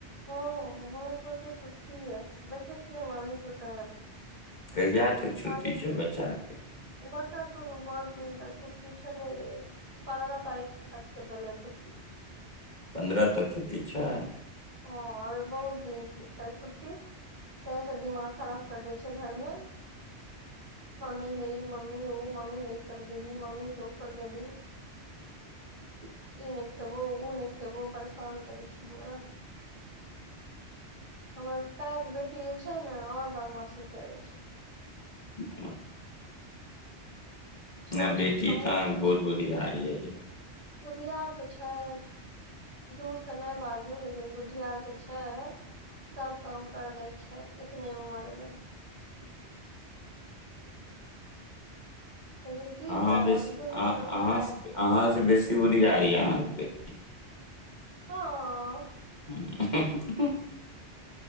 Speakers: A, on the right; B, on the left.
A: हँ -हं सोचे त छे देखे छियै मालिक कहै। <unintelligible>
B: कहिया तक छुट्टी
A: मान
B: छै बच्चा आरके
A: बच्चा सब बत दिन तक छ। ई छल पन्दरह तारिख तके दै छुट्टी। <unintelligible>
B: पन्द्रह तऽ छुटी छ। <unintelligible>
A: हँ अर बहुत दिन छै फुर्सी ताहिसँ दिमाग खराब करि दै छै घरमे। <unintelligible> मम्मी हे मम्मी। <unintelligible> मम्मी ओ मम्मी हे कर दही मम्मी ह कर दही ई नहि खेबो ओ नहि खेबो परेशान करै छै हमरा। हमर पाएके बेटी जे छै ने आओर बदमाशी करै छै। <unintelligible>
B: <unintelligible>
A: छोट
B: नहि बेटी
A: कमो
B: तऽ
A: करे
B: बहुत
A: छै
B: बुधियार। अयाा। <unintelligible>
A: बुधियार तऽ छै-झूठ तऽ नहि बाजू लेकिन बुधियार तऽ छै सभ काम कर दै छै इतने उमरमे। <unintelligible> लेकिन की
B: अहाँ
A: करब
B: बेसी
A: दुनू
B: अहाँ
A: मे
B: अहाँ
A: लड़ाइ।
B: से
A: <unintelligible>
B: अहाँ बेसी बधिका य अहाँके। <unintelligible>
A: हँ। <unintelligible>
B: <unintelligible>